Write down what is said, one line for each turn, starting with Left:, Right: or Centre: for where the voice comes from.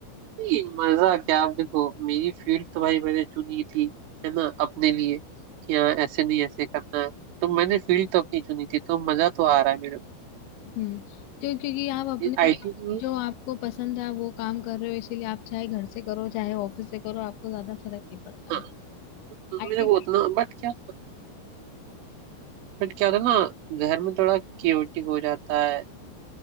Right: नहीं मजा क्या आप देखो मेरी फील्ड तो भाई मैंने चुनी थी है ना अपने लिए कि हाँ ऐसे नहीं ऐसे करना है तो मैंने फील्ड तो अपनी चुनी थी तो मजा तो आ रहा है मेरे
Left: हम्म क्यों क्योंकि आप अपने
Right: को आईटी में
Left: जो आपको पसंद है आप वो काम कर रहे हो इसीलिए आप चाहे घर से करो चाहे ऑफिस से करो आपको ज्यादा फर्क नहीं पड़ता
Right: हाँ तो
Left: आईटी
Right: मेरे को उतना बट क्या बट क्या होता है ना घर में थोड़ा क्योटिक हो जाता है